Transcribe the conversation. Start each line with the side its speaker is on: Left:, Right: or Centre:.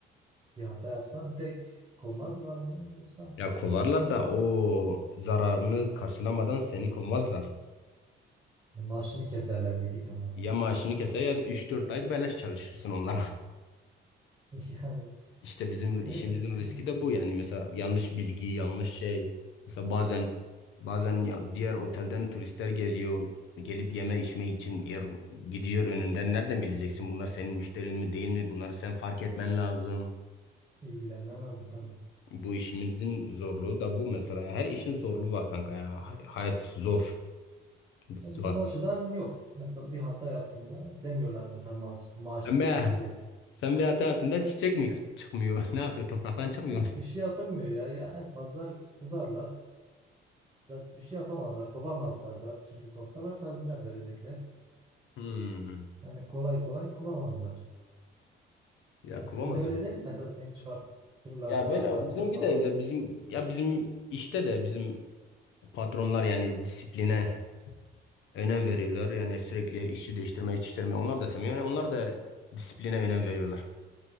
Right: Bir hata yapsan direkt kovmadılar mı yoksa?
Left: Ya kovarlar da o zararını karşılamadan seni kovmazlar.
Right: Maaşını keserler büyük ihtimalle.
Left: Ya
Right: <laughs>
Left: maaşını keser ya da üç dört ay beleş çalışırsın onlara. <laughs>
Right: Yani
Left: İşte bizim işimizin
Right: öyle bu.
Left: riski de bu yani mesela yanlış bilgi, yanlış şey. Mesela bazen bazen ya diğer otelden turistler geliyor, gelip yeme içme için yer gidiyor önünden. Nereden bileceksin bunlar senin müşterin mi değil mi? Bunları sen fark etmen lazım.
Right: İlgilenmen lazım tabii.
Left: Bu işimizin zorluğu da bu mesela. Her işin zorluğu var kanka ya. Hay- Hayat zor. Suat.
Right: Ya bizim o açıdan yok. Mesela bir hata yaptığında demiyorlar mesela maaş, maaşını
Left: Sen be,
Right: keseceğiz.
Left: sen bir hata yaptığında çiçek mi çıkmıyor? <laughs> Ne yapıyor? Topraktan
Right: <laughs>
Left: çıkmıyor.
Right: Yok bir şey yapılmıyor ya. Ya en fazla kızarlar. Zaten bir şey yapamazlar. Kovamazlar da. Çünkü kovsalar tazminat verecekler.
Left: Hmm.
Right: Yani kolay kolay kovamazlar.
Left: Ya kovamadım.
Right: Sizin de öyle değil mi? Mesela seni çıkartırlarsa
Left: Ya böyle
Right: tazminat
Left: bizimki
Right: falan.
Left: de öyle bizim ya bizim işte de bizim patronlar yani disipline önem veriyorlar. Yani sürekli işçi değiştirme, iş değiştirme onlar da sevmiyor. Yani onlar da disipline önem veriyorlar.